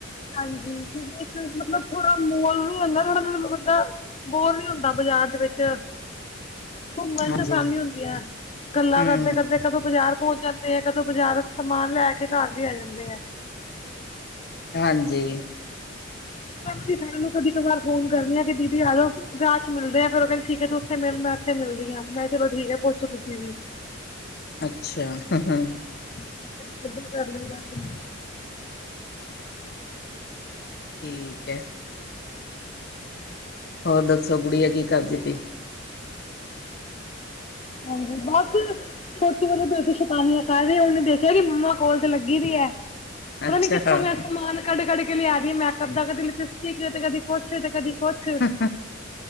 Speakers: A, on the left; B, on the left.
A: ਹਾਂਜੀ ਮਤਲਬ ਜੇ ਥੋੜਾ ਮੋਲ ਵੀ ਹੁੰਦਾ ਥੋੜਾ- ਥੋੜਾ ਮੋਟਾ। ਬੋਰ ਨੀ ਹੁੰਦਾ ਬਾਜ਼ਾਰ ਦੇ ਵਿੱਚ, ਘੁੰਮਣ
B: ਹਾਂਜੀ
A: ਚ ਆਸਾਨੀ ਹੁੰਦੀ ਹੈ। ਗੱਲਾਂ
B: ਹੂੰ
A: ਕਰਦੇ- ਕਰਦੇ ਕਦੋਂ ਬਾਜ਼ਾਰ ਪਹੁੰਚ ਜਾਂਦੇ ਆ ਕਦੋਂ ਬਾਜ਼ਾਰ ਸਮਾਨ ਲੈ ਕੇ ਘਰ ਵੀ ਆ ਜਾਂਦੇ ਆ ਨੇ।
B: ਹਾਂਜੀ।
A: ਪਰਮਜੀਤ ਦੀਦੀ ਨੂੰ ਕਦੀ ਕਦਾਰ ਫੋਨ ਕਰਦੀ ਆ ਕਿ ਦੀਦੀ ਆਜੋ ਰਾਹ ਚ ਮਿਲਦੇ ਆ ਫੇਰ ਉਹ ਕਹਿੰਦੇ ਠੀਕ ਹੈ ਤੂੰ- ਮਿਲਣ ਆਸਤੇ ਮਿਲਦੀ ਆ ਮੈਂ ਕਿਹਾ ਚਲੋ ਠੀਕ ਐ ਪਹੁੰਚੋ ਤੁਸੀਂ ਵੀ।
B: ਅੱਛਾ ਹ ਹ
A: ਠੀਕ ਕਰ <unintelligible> ਲੇ ਦਾਤੋ
B: ਠੀਕ ਹੈ, ਹੋਰ ਦੱਸੋ ਗੁੜੀਆ ਕੀ ਕਰਦੀ ਪਈ?
A: ਹਾਂਜੀ ਬਸ, ਛੋਟੇ ਵਾਲੀ ਬੇਟੀ ਸਤਾਨਿਆ ਕਰ ਰਹੀ ਉਹਨੇ ਦੇਖਿਆ ਕਿ ਮਮਾ ਕੋਲ ਤੇ ਲੱਗੀ ਪਈ ਹੈ। ਪਤਾ
B: ਅੱਛਾ
A: ਨੀ ਕਿੱਥੋਂ
B: ਹਾਂ
A: ਮੈਂਰਾ ਸਮਾਨ, ਕੱਢ- ਕੱਢ ਕੇ ਲਿਆ ਰਹੀ ਹੈ ਮੈਕਅਪ ਦਾ ਕਦੇ ਲਿਪਸਟਿਕ ਹੈ ਤੇ ਕਦੀ ਕੁਛ- ਤੇ ਕਦੇ ਕੁਛ। ਬੜਾ
B: ਹ‌